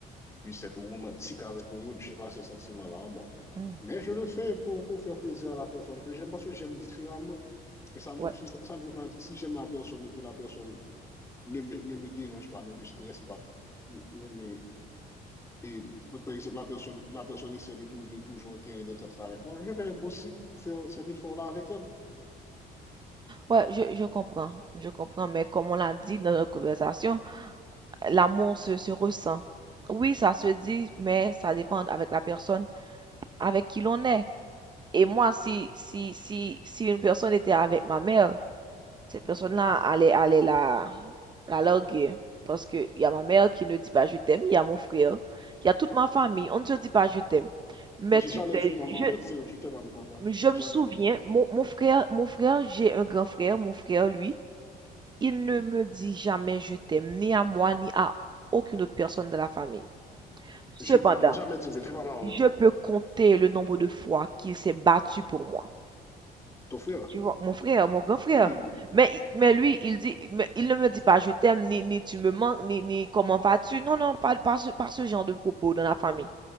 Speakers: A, on the left (about 15°); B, on the right (about 25°).
A: puisse être romantique avec un autre. Je n'ai pas ces sentiments-là en moi.
B: Hmm.
A: Mais je le fais pour, pour faire plaisir à la personne que j'aime parce que j'aime différemment que ça ne,
B: ouais.
A: ça ne veut pas dire, si j'aime la personne et que la personne ne me, ne me dérange pas, ne me stresse pas, ne me, et par exemple, la personne, la personne essaie de trouver toujours un terrain d'entente avec moi, je vais aussi faire cet effort-là avec elle.
B: Ouais, je, je comprends, je comprends, mais comme on l'a dit dans notre conversation, l'amour se, se ressent. Oui, ça se dit, mais ça dépend avec la personne avec qui l'on est. Et
A: Oui.
B: moi, si, si, si, si une personne était avec ma mère, cette personne-là allait, allait la, la larguer. Parce que il y a ma mère qui ne dit pas je t'aime, il y a mon frère, il y a toute ma famille, on ne se dit pas je t'aime. Mais
A: Moi, j'ai
B: tu
A: jamais
B: sais,
A: vu ma maman
B: je,
A: dire je t'aime à mon papa.
B: Je
A: J'ai
B: me
A: jamais
B: souviens,
A: vu ça.
B: mon, mon frère, mon frère, j'ai un grand frère, mon frère, lui, il
A: Mm
B: ne
A: -hmm.
B: me dit jamais je t'aime, ni à moi, ni à aucune autre personne de la famille. Cependant,
A: Je n'ai jamais dit je t'aime à ma maman.
B: je peux compter le nombre de fois qu'il s'est battu pour moi.
A: Ton frère?
B: Tu vois, mon frère, mon grand frère.
A: Oui,
B: Mais, mais lui, il dit, mais il ne me dit pas je t'aime, ni, ni tu me manques, ni, ni comment vas-tu. Non, non, pas, pas ce, pas ce genre de propos dans la famille.